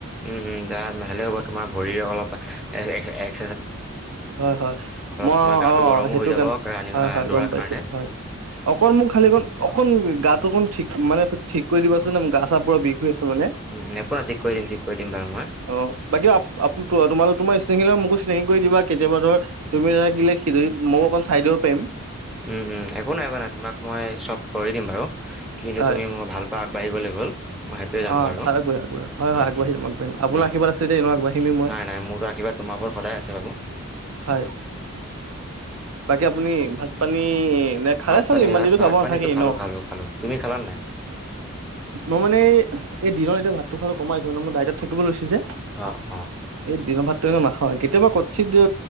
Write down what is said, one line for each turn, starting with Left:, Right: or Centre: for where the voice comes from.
Centre: উম উম তাৰ ভালহে হ'ব তোমাৰ ভৰি অলপ এ এ।
Right: হয় হয় মই
Centre: তোমাৰ গাটো
Right: অ
Centre: গৰমো
Right: সেইটো
Centre: হৈ যাব
Right: কাৰণে
Centre: ৰানিং
Right: হয় হয়
Centre: দৌৰাৰ
Right: গম পাইছো
Centre: কাৰণে।
Right: হয়। অকণ মোক
Centre: উম
Right: খালি অকণ অকণ গাটো অকণ ঠিক মানে ঠিক কৰি দিবাচোন নে মোৰ গা চবোৰৰ বিষ। হৈ আছে মানে
Centre: উম একো ৰাতি কৰি দিম। ঠিক কৰি দিম বাৰু
Right: অ বাকী আ
Centre: মই।
Right: তোমাৰ তোমাৰ ছিঙিলে মোকো। হেৰি কৰি দিবা কেতিয়াবা ধৰ তুমি নথাকিলে সেইদিন মই অকণ চাই দিব পাৰিম।
Centre: উম উম একো নাই একো নাই তোমাক মই চব কৰি দিম বাৰু কিন্তু
Right: হয়
Centre: তুমি মই ভাল পা আগবাঢ়ি লাগিব। মই সেইটোৱে জানো
Right: অ
Centre: বাৰু উম
Right: আগবাঢ়ি আগবাঢ়ি হয় হয় আগবাঢ়িম
Centre: উম
Right: আগবাঢ়িম আপোনাৰ
Centre: উম
Right: আশীৰ্বাদ
Centre: উম
Right: আছে দেই ন আগবাঢ়িমেই মই
Centre: নাই নাই মোৰতো আশীৰ্বাদ। ত তোমাৰ ওৰত সদায় আছে বাবু।
Right: হয়। বাকী আপুনি ভাত পানী। নে খালে
Centre: ভাত
Right: চাগে
Centre: পানী
Right: ইমান
Centre: ভাত
Right: দিনতো
Centre: ভাত
Right: খাব নাথাকেই
Centre: পানী খালো
Right: ন
Centre: খালো খালো। তুমি খালা নাই?
Right: মই মানে এই দিনৰ এতিয়া ভাতটো খাব কমাই। মানে মই দাইতট থাকিব লৈছো যে
Centre: অ', অ',
Right: এই দিনৰ ভাত। নাখাওঁ কেতিয়াবা কত চিত দিও